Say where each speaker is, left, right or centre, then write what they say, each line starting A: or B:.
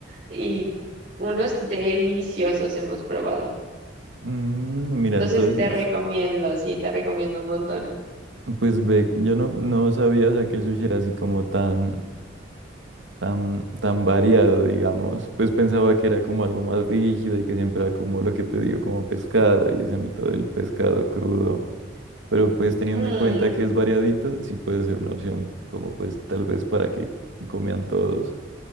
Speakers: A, on the right; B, on the right.
A: Y unos deliciosos hemos probado.
B: Mm, mira,
A: Entonces
B: entonces,
A: te recomiendo, sí, te recomiendo un montón.
B: pues ve, yo no, no sabía, o sea, que el sushi era así como tan, tan, tan variado, digamos. Pues pensaba que era como algo más rígido y que siempre era como lo que te digo, como pescado y ese mito del pescado crudo. Pero pues teniendo
A: Mm,
B: en cuenta que es variadito, sí puede ser una opción como pues tal vez para que coman todos.